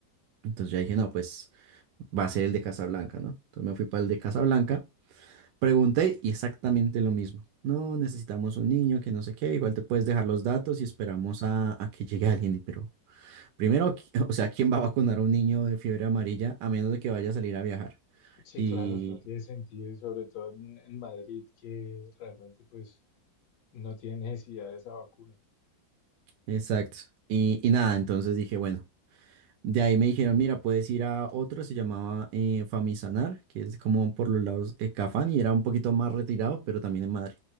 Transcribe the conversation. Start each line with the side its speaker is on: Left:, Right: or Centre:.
Right: Entonces ya dije, no, pues va a ser el de Casablanca, ¿no? Entonces me fui para el de Casablanca, pregunté y exactamente lo mismo. No, necesitamos un niño que no sé qué, igual te puedes dejar los datos y esperamos a, a que llegue alguien, y pero... Primero, qui- <laughs> o sea, ¿quién va a vacunar a un niño de fiebre amarilla a menos de que vaya a salir a viajar?
Left: Sí,
Right: Y,
Left: claro, no tiene sentido y sobre todo en, en Madrid que realmente pues no tiene necesidad de esa vacuna,
Right: exacto. Y, y nada, entonces dije, bueno, de ahí me dijeron, mira, puedes ir a otro, se llamaba eh, Famisanar, que es como por los lados de Cafán y era un poquito más retirado, pero también en Madrid,